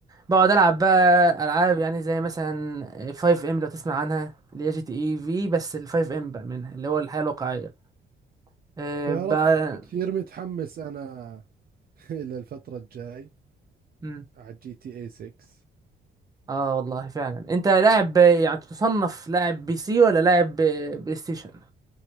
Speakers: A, on the right (about 20°); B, on the right (about 50°).
A: بقعد العب بقى العاب يعني زي مثلا 5 ام لو تسمع عنها اللي هي جي تي اي في بس ال 5 ام بقى منها اللي هو الحياه الواقعيه آه،
B: تعرف
A: بقى
B: كثير متحمس أنا <laughs> للفترة الجاي
A: امم
B: على جي تي اي 6
A: اه والله فعلا انت لاعب يعني تصنف لاعب بي سي ولا لاعب بلاي ستيشن